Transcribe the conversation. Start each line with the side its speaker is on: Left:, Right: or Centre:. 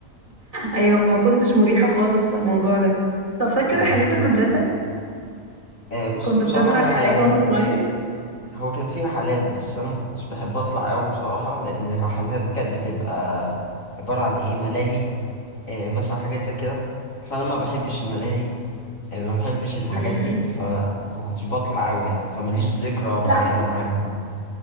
Right: ايوه ما كنتش مريحة خالص في الموضوع ده طب فاكر
Left: طيب
Right: رحلات المدرسة
Left: آه بصي
Right: كنت
Left: بصراحة
Right: بتطلع
Left: أنا
Right: رحلات
Left: يعني
Right: وانت صغير
Left: هو كان في رحلات بس أنا ما كنتش بحب أطلع أوي بصراحة لأن الرحلات كانت بتبقى عبارة عن إيه ملاهي آه، مثلا حاجات زي كده فانا ما بحبش الملاهي آه، ما بحبش الحاجات
Right: مم.
Left: دي فما كنتش بطلع قوي يعني فماليش ذكرى معينة
Right: لا
Left: معاهم يعني.